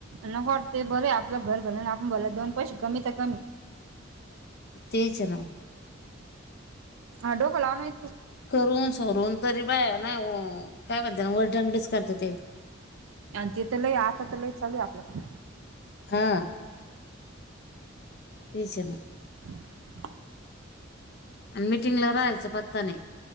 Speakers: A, on the right; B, on the left.
A: नको वाटतं ते बरे आपलं घर भलं आपण भलं दोन पैशे कमी तर कमी.
B: तेच आहे नाव
A: हा डोक लाव नये.
B: करून सवरून तरी बाई ना ओ काय म्हणते ना वर टागडीच करतात.
A: आणि तिथ लय आता तर लयच चालू आहे आपल्या
B: हा. तेच आहे ना.
A: <inaudible>
B: आणि मिटिंगला राहायचं पत्ता नाही.